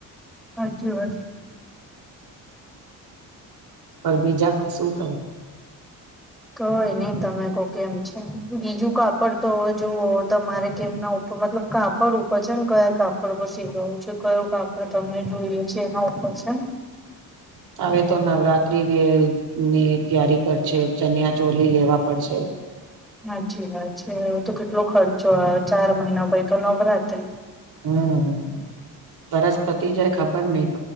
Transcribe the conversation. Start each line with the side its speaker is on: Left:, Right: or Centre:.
Centre: હાચી વાત
Right: પર બીજા શું કરે
Centre: કઈ નઈ તમે કો કેમ છે, બીજું કાપડ તો જોઓ તમારે કેમ ના ઉપ તો મતલબ કાપડ ઉપર છે, ને કયા કાપડ સીવડાવું છે, કયો કાપડ તમને જોઈએ છે, એના ઉપર અચ્છા
Right: <inaudible> હવે તો નવરાત્રી ની તૈયારી કરશે, ચનિયા ચોલી લેવા પડશે
Centre: હાચિ વાત છે, તો કેટલો ખર્ચો આવ ચાર મહિના પછ તો નવરાત્રી
Right: હમ વરસ્પતિ જાય ખબર નહ